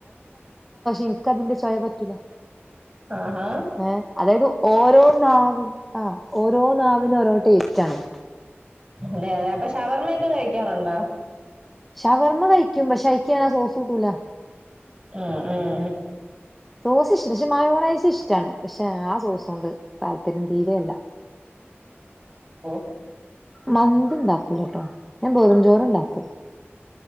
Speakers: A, in the centre; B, on the right.
A: ഇൻക്ക് അതിന്റെ ചൊയ പറ്റൂല.
B: ആഹഹാ
A: ഏ അതായത് ഓരോ നാവിൻ ആ ഓരോ നാവിനും ഓരോ ടേസ്റ്റാണ്
B: അതെ അതെ അപ്പൊ ഷവർമ്മയൊക്കെ കഴിക്കാറുണ്ടോ
A: ഷവർമ്മ കഴിക്കും പഷേ അയ്ക്യാണ സോ ട്ടൂല
B: ഉം ഉം
A: സോസ് ഷ് മായോണേയ്സ് ഇഷ്ടാണ് പക്ഷെ ആ സോസോണ്ട് താല്പര്യം തീരെ അല്ല
B: ഉം
A: മന്തി ഉണ്ടാക്കൂല കേട്ടോ ഞാൻ ബെറുംചോറ് ഉണ്ടാക്കും